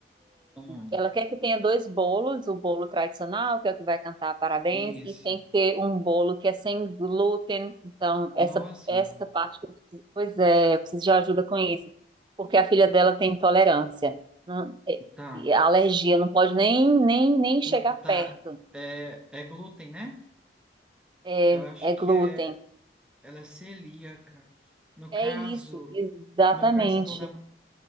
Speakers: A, in the centre; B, on the right.
A: Aham.
B: ela quer que tenha dois bolos, o bolo tradicional, que é o que vai cantar parabéns,
A: Isso.
B: e tem que ter um bolo que é sem glúten, então essa,
A: Nossa.
B: essa parte, que eu preciso- pois é, eu preciso de ajuda com isso, porque a filha dela tem intolerância, não- é-
A: Tá.
B: é alergia, não pode nem, nem, nem chegar
A: Ma- Tá.
B: perto,
A: É, é glúten, né?
B: é,
A: Eu acho
B: é
A: que
B: glúten.
A: é. Ela é celíaca. No
B: É
A: caso,
B: isso, exatamente.
A: no caso, a dona, Ma-